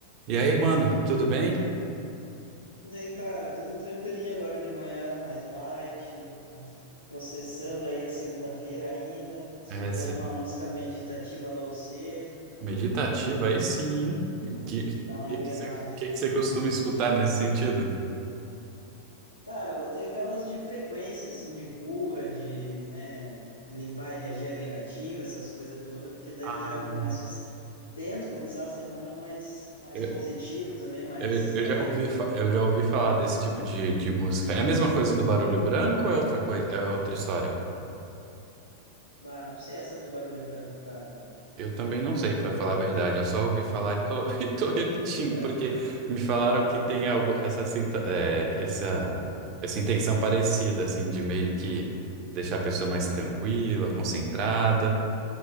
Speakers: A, on the right; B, on the left.
A: E aí, mano, tudo bem?
B: Daí, cara, tudo tranquilinho agora de manhã, mais light, né, processando aí a segunda-feira ainda, escutando
A: Essa
B: uma música meditativa logo cedo,
A: meditativa aí sim. hein?
B: pra
A: Que
B: dar uma
A: que
B: engrenada.
A: que você que que você costuma escutar nesse sentido?
B: Cara, botei aquelas de frequência, assim, de cura, de, né, limpar a energia negativa, essas coisas todas, porque daí
A: Ah.
B: eu já começo, a s- tento começar a semana mais, mais
A: Eu,
B: positivo também, mais
A: eu, eu
B: leve.
A: já ouvi, fa- eu já ouvi falar desse tipo de, de música. É a mesma coisa do barulho branco ou é outra coisa, é outra história?
B: Bah, não sei essa do barulho branco, cara.
A: Eu também não sei, pra falar a verdade. Eu só ouvi falar e tô, <laughs> e tô repetindo,
B: É.
A: porque me falaram que tem algo, essa, sinta- é, essa,
B: Ah,
A: essa intenção parecida, assim, de meio que deixar a pessoa mais tranquila, concentrada.